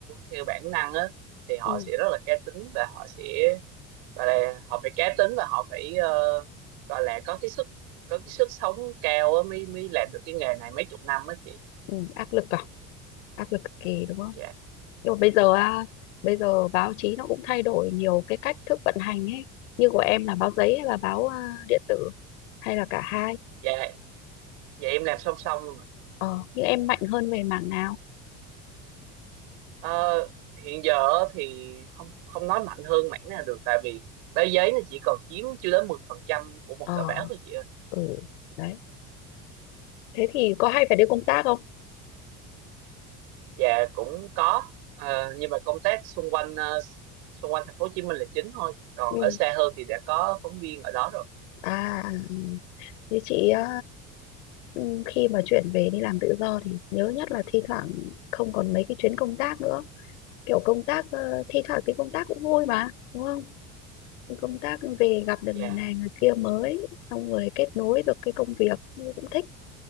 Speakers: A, on the right; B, on the left.
A: theo bản năng á thì họ
B: ừ,
A: sẽ rất là cá tính và họ sẽ gọi là họ phải cá tính và họ phải ờ, gọi là có cái sức có cái sức sống cao á mới mới làm được cái nghề này mấy chục năm á chị
B: ừ, áp lực à? Áp lực cực kỳ đúng không?
A: dạ
B: nhưng mà bây giờ á, bây giờ báo chí nó cũng thay đổi nhiều cái cách thức vận hành ấy như của em là báo giấy hay là báo à, điện tử hay là cả hai
A: dạ dạ em làm song song luôn ạ.
B: ờ nhưng em mạnh hơn về mảng nào
A: Ờ, hiện giờ á thì không không nói mạnh hơn mảng nào được tại vì báo giấy nó chỉ còn chiếm chưa đến 10% của một
B: ờ
A: tờ báo thôi chị ơi
B: ừ đấy thế thì có hay phải đi công tác không
A: dạ cũng có Ờ, nhưng mà công tác xung quanh ờ, xung quanh thành phố Hồ Chí Minh là chính thôi còn
B: ừ
A: ở xa hơn thì đã có phóng viên ở đó rồi
B: à ừ. như chị á, ừ, khi mà chuyển về đi làm tự do thì nhớ nhất là thi thoảng không còn mấy cái chuyến công tác nữa kiểu công tác ờ, thi thoảng cái công tác cũng vui mà đúng không công tác về gặp được
A: dạ
B: người này người kia mới xong rồi kết nối được cái công việc cũng thích